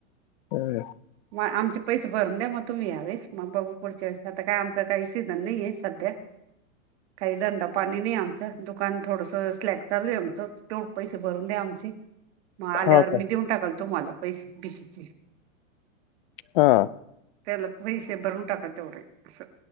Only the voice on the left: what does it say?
हम्
हा
का
हा